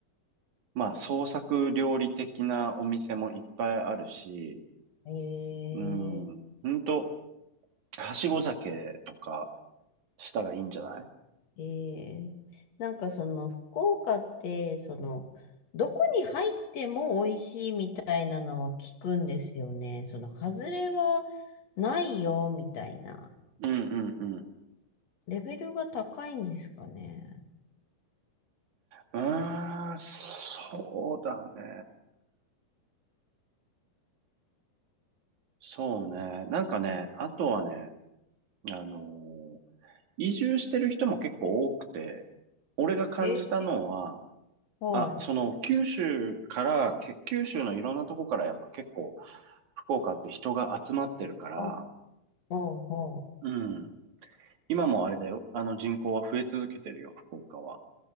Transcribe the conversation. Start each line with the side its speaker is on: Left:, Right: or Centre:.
Right: う。まあ、創作料理的なお店もいっぱいあるし、
Left: ええ
Right: うん、ほんと、はしご酒とかしたがいいんじゃない
Left: ええなんかその福岡って、その、どこに入っても美味しいみたいなのは聞くんですよね。その、外れはないよ、みたいな。
Right: うんうんうん。
Left: レベルが高いんですかね。
Right: うーん、そうだね。そうね。なんかね、あとはね、あのー移住してる人も結構多くて、俺が感じたのは、
Left: ええはい。
Right: あ、その九州からけ、九州のいろんなとこからやっぱ結構福岡って人が集まってるから、
Left: あ、ほうほう。
Right: うん。今もあれだよ。あの人口は増え続けてるよ、福岡は。